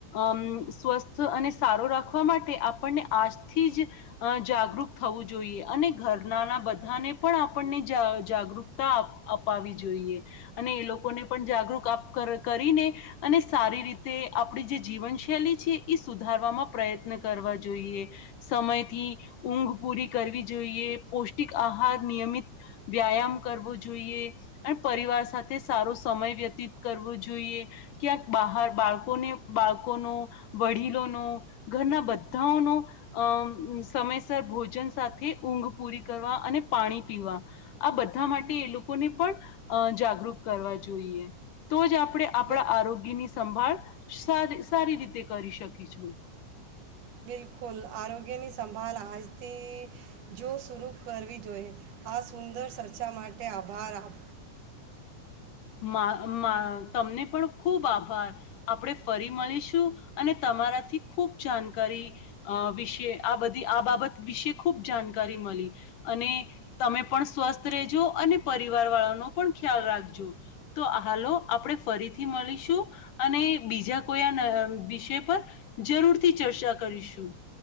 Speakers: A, on the left; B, on the right.
A: અમ સ્વસ્થ અને સારો રાખવા માટે આપણને આજથી જ જાગૃત થવું જોઈએ અને ઘરનાના બધાને પણ આપણને જા જાગૃકતા આપ અપાવી જોઈએ અને એ લોકોને પણ જાગૃત આપ કરીને અને સારી રીતે આપણી જે જીવનશૈલી છે એ સુધારવામાં પ્રયત્ન કરવા જોઈએ સમયથી ઉંગ પૂરી કરવી જોઈએ પૌષ્ટિક આહાર નિયમિત વ્યાયામ કરવો જોઈએ અને પરિવાર સાથે સારો સમય વ્યતીત કરવો જોઈએ ક્યાંક બહાર બાળકોને બાળકોનો વડીલોનો ઘરના બધાઓનો અ સમયસર ભોજન સાથે ઊંઘ પૂરી કરવા અને પાણી પીવા આ બધા માટે એ લોકોને પણ અ જાગૃત કરવા જોઈએ તો જ આપણે આપણે આપણા
B: બિલ
A: આરોગ્ય ની સંભાળ સારી સારી રીતે કરી શકીશું.
B: બિલકુલ આરોગ્યની સંભાળ આજથી જો શુરૂ કરવી જોઈએ આ સુંદર ચર્ચા માટે આભાર આપ
A: મા માં તમને પણ ખુબ આભાર આપણે ફરી મળીશું અને તમારાથી ખુબ જાણકારી અ વિશે આ બધી આ બાબત વિશે ખુબ જાણકારી મળી અને તમે પણ સ્વસ્થ રહેજો અને પરિવારવાળાનો પણ ખ્યાલ રાખજો. તો હાલો આપણે ફરીથી મળીશું અને બીજા કોઈ આ વિષય પર જરૂરથી ચર્ચા કરીશું